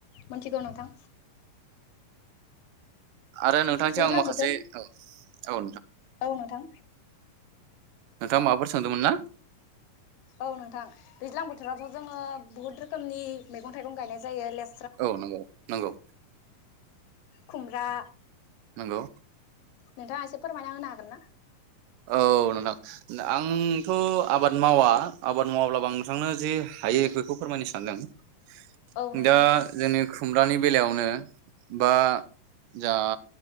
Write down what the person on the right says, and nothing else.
आरो नोंथांसिम
आं माखासे
औ औ
नोंथाङा माबाफोर सोंदोंमोन ना
औ नंगौ नंगौ
नंगौ
औ नोंथां आंथ' आबाद मावा आबाद मावाब्लाबो आं नोंथांनो जे हायो बेखौ फोरमायनो सानदों।
दा जोंनि खुमब्रानि बेलायावनो बा जा